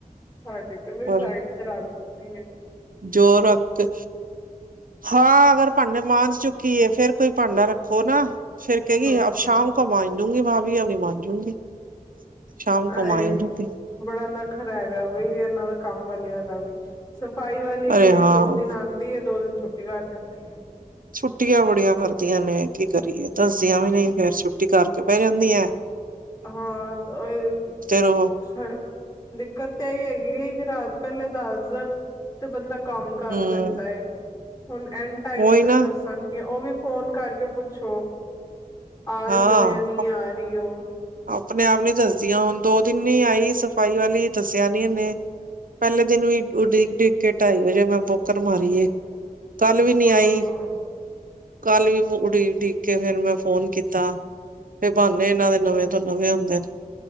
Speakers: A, on the left (about 25°); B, on the right (about 70°).
A: ਸਾਡੀ ਤੇ ਬਈ
B: ਪਰ
A: ਸਾਈਡ ਚ ਰਖ ਦਿੰਦੀ ਏ।
B: ਜੋ ਰੱਖ ਕੇ, ਹਾਂ ਜੋ ਅਗਰ ਭਾਂਡੇ ਮਾਂਝ ਚੁੱਕੀ ਏ ਫੇਰ ਕੋਈ ਭਾਂਡਾ ਰੱਖੋ ਨਾ ਫਿਰ ਕਹੇਗੀ
A: ਹਮ
B: ਅਬ ਸ਼ਾਮ ਮਾਂਜੂਗੀ ਭਾਬੀ ਅਭੀ ਮਾਂਜੂਗੀ ਸ਼ਾਮ ਕੋ
A: ਆਏ
B: ਮਾਂਜ ਲੂੰਗੀ
A: ਬੜਾ ਨਖਰਾ ਹੈਗਾ ਬਈ ਏਹ ਨਾਂ ਦਾ ਕੰਮ ਵਧੀਆ ਦਾ ਵੀ ਸਫ਼ਾਈ ਵਾਲੀ
B: ਅਰੇ
A: ਵੀ
B: ਹਾਂ
A: ਦੋ ਦਿਨ ਆਉਂਦੀ ਹੈ ਦੋ ਦਿਨ ਛੁੱਟੀ ਕਰ ਲੈਂਦੀ ਹੈ।
B: ਛੁੱਟੀਆਂ ਬੜੀਆਂ ਕਰਦੀਆਂ ਨੇ ਕੀ ਕਰੀਏ। ਦੱਸਦੀਆਂ ਵੀ
A: ਹੈ
B: ਨਹੀਂ ਫੇਰ ਛੁੱਟੀ ਕਰ ਕੇ ਪੈ ਜਦੀਆ
A: ਹਾਂ ਤਾਂ ਇਹ
B: ਰਹੋ
A: ਸ ਦਿੱਕਤ ਤਾਂ ਆਹੀ ਹੈਗੀ ਰਾਤ ਪਹਿਲੇ ਦੱਸ ਦੇਣ ਤੇ ਬੰਦਾ ਕੰਮ ਕਰ
B: ਹਮ
A: ਲੈਂਦਾ ਏ। ਹੁਣ ਐਂਡ ਟਾਈਮ
B: ਉਹੀ
A: ਤੇ
B: ਨਾ
A: ਦੱਸਣਗੇ ਉਹ ਵੀ ਫ਼ੋਨ ਕਰਕੇ ਪੁੱਛੋ। ਆ
B: ਹਾਂ
A: ਰਹੀਓ ਜਾਂ ਨਹੀਂ ਆ ਰਹੀਓ?
B: ਆਪਣੇ ਆਪ ਨੀ ਦੱਸਦੀਆਂ ਹੁਣ ਦੋ ਦਿਨ ਹੀ ਆਈ ਸਫ਼ਾਈ ਵਾਲੀ ਦੱਸਿਆ ਨੀ ਇਹਨੇ ਪਹਿਲੇ ਦਿਨ ਵੀ ਊਡੀਕ ਊਡੀਕ ਕੇ ਢਾਈ ਵਜੇ ਮੈਂ ਬੌਕਰ ਮਾਰੀ ਏ। ਕੱਲ ਵੀ ਨੀ
A: ਹਾਂ
B: ਆਈ। ਕੱਲ ਵੀ ਉਡੀਕ ਉਡੀਕ ਕੇ ਫੇਰ ਮੈਂ ਫੋਨ ਕੀਤਾ। ਫ ਬਾਨੇ ਇਹਨਾਂ ਦੇ ਨਵੇਂ ਵੇਂ ਹੁੰਦੇ ਨੇ।